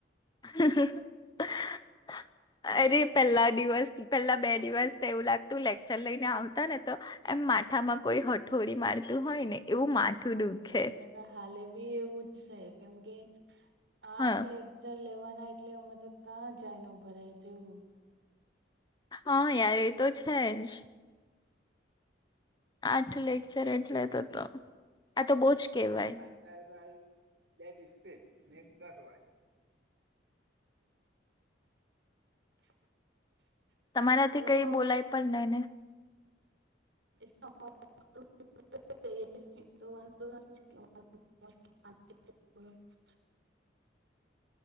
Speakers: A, on the left; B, on the right.
A: <inaudible> અરે પેલા દિવસ પેલા બે દિવસ તો એવું લાગતું, લેક્ચર લઈને આવતા ને તો એમ માથામાં કોઈ હઠોરી મારતું હોય ને, એવું
B: બસ
A: માથું દુખે.
B: અમને તો હાલે બી એવું જ છે, કેમકે આઠ
A: હા
B: લેક્ચર લેવાના એટલે અમે તો કા જાનું પડે તેવું
A: હ યાર એ તો છે જ. આઠ લેકચર એટલે
B: એક
A: તો તો આ તો બો જ
B: <unintelligible>
A: કેહેવાય
B: <inaudible>
A: તમારાથી
B: તો
A: કઈ
B: અમે
A: બોલાય પણ નય ને
B: <inaudible> <unintelligible>